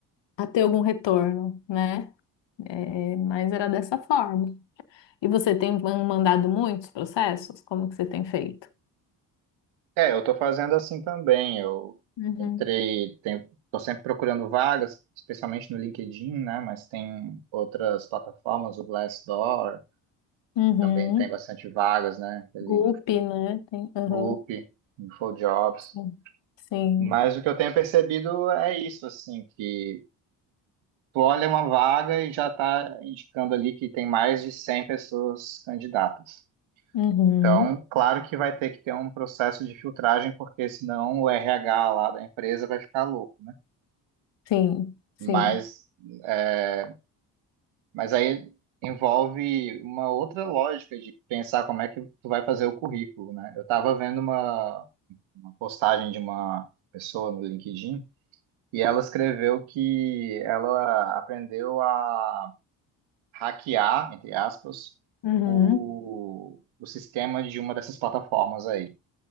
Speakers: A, on the left; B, on the right.
A: a ter algum retorno, né? É, mas era dessa forma. E você tem man- mandado muitos processos? Como que você tem feito?
B: É, eu tô fazendo assim também. Eu
A: Uhum.
B: entrei, tenho, tô sempre procurando vagas, especialmente no LinkedIn, né? Mas tem outras plataformas, o Glassdoor,
A: Uhum.
B: também tem bastante vagas, né? Ele
A: Group, né? Tem, uhum.
B: InfoGup, InfoJobs.
A: Sim. Sim.
B: Mas o que eu tenho percebido é isso, assim, que tu olha uma vaga e já está indicando ali que tem mais de 100 pessoas candidatas.
A: Uhum.
B: Então, claro que vai ter que ter um processo de filtragem, porque senão o RH lá da empresa vai ficar louco.
A: Sim. Sim.
B: Mas, é, mas aí envolve uma outra lógica de pensar como é que tu vai fazer o currículo, né? Eu estava vendo uma, uma postagem de uma pessoa no LinkedIn e ela escreveu que ela aprendeu a hackear, entre aspas,
A: Uhum.
B: o, o sistema de uma dessas plataformas aí.